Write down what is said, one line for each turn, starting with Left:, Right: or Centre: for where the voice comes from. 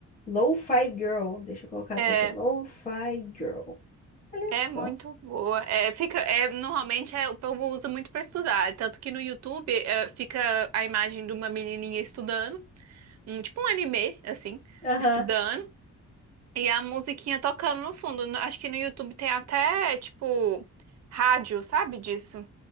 Left: Lo-Fi Girl, deixa eu colocar até
Right: É,
Left: aqui, Lo-Fi Girl. Olha
Right: é
Left: só.
Right: muito boa. É, fica, é, normalmente é, o povo usa muito para estudar, tanto que no YouTube é, fica a imagem de uma menininha estudando, um, tipo um anime, assim,
Left: Aham.
Right: estudando. E a musiquinha tocando no fundo. No- Acho que no YouTube tem até, tipo, rádio, sabe disso?